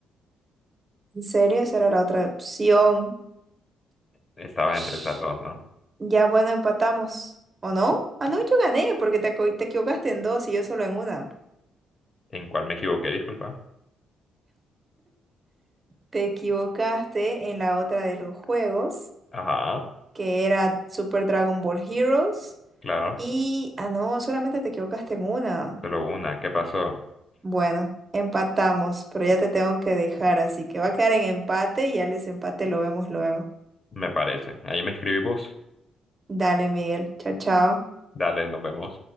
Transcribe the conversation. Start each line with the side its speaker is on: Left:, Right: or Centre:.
Right: ¿En serio? Esa era la otra opción.
Left: Estabas
Right: Ash.
Left: entre esas dos, ¿no?
Right: Ya, bueno, empatamos. ¿O no? Ah, no, yo gané porque te, equi- te equivocaste en dos y yo solo en una.
Left: ¿En cuál me equivoqué? Disculpa.
Right: Te equivocaste en la otra de los juegos,
Left: Ajá,
Right: que era Super Dragon Ball Heroes.
Left: claro.
Right: Y, ah, no, solamente te equivocaste en una.
Left: Solo una. ¿Qué pasó?
Right: Bueno, empatamos, pero ya te tengo que dejar, así que va a quedar en empate y ya el desempate lo vemos luego.
Left: Me parece. Ahí me escribí vos.
Right: Dale, Miguel. Chao, chao.
Left: Dale, nos vemos.